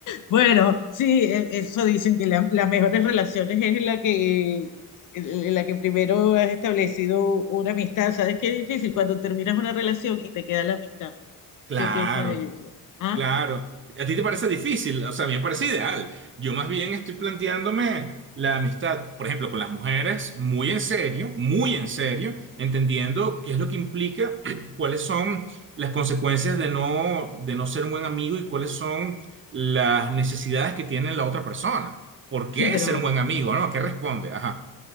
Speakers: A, on the left (about 60°); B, on the right (about 35°).
A: Bueno, sí, e- eso dicen que la- las mejores relaciones es la que, en la que primero has establecido una amistad. ¿Sabes qué difícil cuando terminas una relación y te queda la amistad?
B: <laughs> Claro.
A: ¿Qué piensas de eso? Ah,
B: Claro, a ti te parece difícil, o sea, a mí me parece ideal. Yo más bien estoy planteándome la amistad, por ejemplo, con las mujeres, muy en serio, muy en serio, entendiendo qué es lo que implica, <clears throat> cuáles son las consecuencias de no, de no ser un buen amigo y cuáles son las necesidades que tiene la otra persona. ¿Por qué
A: sí, pero
B: ser un buen amigo, no? ¿Qué responde? Ajá,